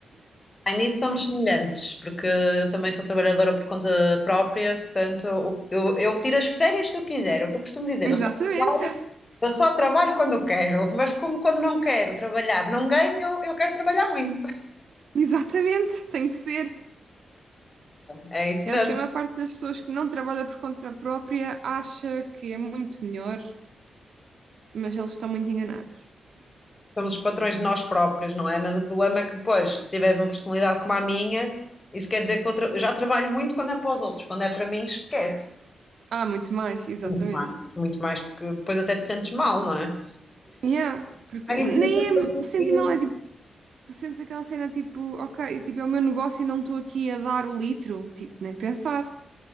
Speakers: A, on the left; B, on the right.
A: Ah, nisso somos semelhantes, porque eu também sou trabalhadora por conta própria, portanto, eu, eu, eu tiro as férias que eu quiser, é o que eu costumo dizer,
B: Exatamente,
A: eu só trabalho, eu só trabalho quando eu quero, mas como quando não quero trabalhar, não ganho, eu quero trabalhar muito.
B: <laughs> exatamente, tem que ser.
A: É, é isso
B: Eu
A: mesmo.
B: acho que a maior parte das pessoas que não trabalha por conta própria acha que é muito melhor, mas eles estão muito enganados.
A: Somos os patrões de nós próprios, não é? Mas o problema é que depois, se tiveres uma personalidade como a minha, isso quer dizer que vou tra- eu já trabalho muito quando é para os outros, quando é para mim, esquece.
B: Ah, muito mais, exatamente.
A: Muito mais, muito mais, porque depois até te sentes mal, não é?
B: Yeah, porque
A: Ai,
B: nem
A: eu podia ter
B: é sentir
A: pedido.
B: mal, é tipo, Tu sentes aquela cena tipo, ok, tipo, é o meu negócio e não estou aqui a dar o litro, tipo, nem pensar.